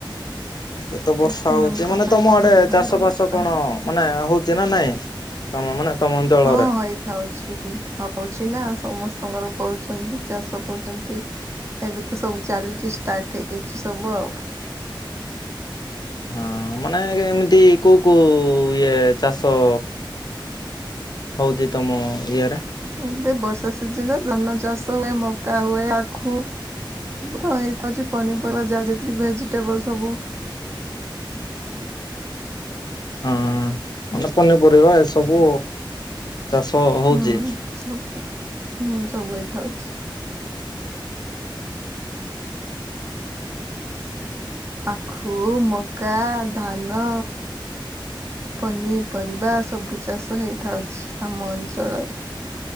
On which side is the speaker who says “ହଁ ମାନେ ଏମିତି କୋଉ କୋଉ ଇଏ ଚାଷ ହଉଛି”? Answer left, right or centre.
Left